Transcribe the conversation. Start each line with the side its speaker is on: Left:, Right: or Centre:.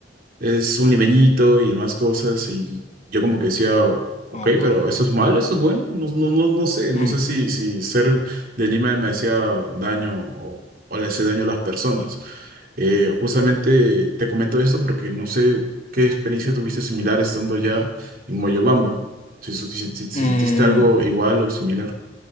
Right: es un limeñito y demás cosas. Y yo como que decía, ok,
Left: Oh, wow.
Right: pero ¿eso es malo? ¿Eso es bueno? No, no, no, no sé, no
Left: Mm.
Right: sé si, si ser de Lima me hacía daño o, o le hacía daño a las personas. Eh, justamente te comento esto porque no sé qué experiencia tuviste similar estando ya en Moyobamba. Si, si, si- si
Left: Mm,
Right: sentiste algo igual o similar.